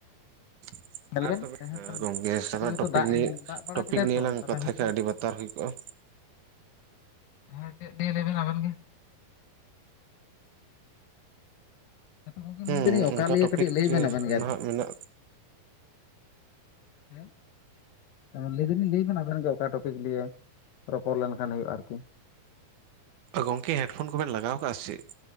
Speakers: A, on the right; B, on the left.
A: <inaudible>
B: ᱧᱮᱞ
A: ᱟᱨ
B: ᱵᱮᱱ
A: ᱛᱚᱵᱮ ᱦᱮᱸ ᱜᱚᱝᱠᱮ ᱥᱟᱫᱟ
B: ᱠᱟᱹᱴᱤᱡ ᱦᱚᱭᱛᱳ
A: ᱴᱚᱯᱤᱡ
B: ᱫᱟᱜ
A: ᱱᱤᱭᱮ
B: ᱫᱟᱜ ᱵᱟᱲᱟ
A: ᱴᱚᱯᱤᱠ
B: ᱠᱮᱫᱟᱭ
A: ᱱᱤᱭᱮ
B: ᱛᱚ
A: ᱞᱟᱝ
B: ᱛᱟᱦᱚᱞᱮ
A: ᱠᱟᱛᱷ
B: ᱦᱚᱭᱛᱳ
A: ᱠᱷᱟᱱᱡ ᱟᱹᱰᱤ ᱵᱟᱛᱟᱨ ᱦᱩᱭ ᱠᱚᱜᱼᱟ᱾
B: ᱦᱮᱸ ᱪᱮᱫ ᱞᱟᱹᱭ ᱞᱮᱵᱮᱱ ᱟᱵᱮᱱ ᱜᱮ? ᱦᱮᱸᱛᱚ ᱜᱚᱝᱠᱮ
A: ᱦᱮᱸ
B: ᱞᱟᱹᱭ ᱫᱟᱞᱤᱧ ᱚᱠᱟ
A: ᱚᱱᱠᱟ
B: ᱞᱤᱭᱮ
A: ᱴᱚᱯᱤᱠ
B: ᱠᱟᱹᱴᱤᱡ ᱞᱟᱹᱭ ᱵᱮᱱ ᱟᱵᱮᱱ ᱜᱮ
A: ᱱᱟᱦᱟᱜ
B: ᱟᱨᱠᱤ
A: ᱢᱮᱱᱟᱜ
B: ᱦᱮᱸ᱾ ᱞᱟᱹᱭ ᱫᱚᱞᱤᱧ ᱞᱟᱹᱭ ᱵᱮᱱᱟ ᱟᱵᱮᱱ ᱜᱮ ᱚᱠᱟ ᱴᱚᱯᱤᱠ ᱞᱤᱭᱮ ᱨᱚᱯᱚᱲ ᱞᱮᱱᱠᱷᱟᱱ ᱦᱩᱭᱩᱜᱼᱟ ᱟᱨᱠᱤ
A: ᱜᱚᱝᱠᱮ ᱦᱮᱰᱯᱷᱳᱱ ᱠᱚᱵᱮᱱ ᱞᱟᱜᱟᱣ ᱟᱠᱟᱟᱜᱼᱟ ᱥᱮ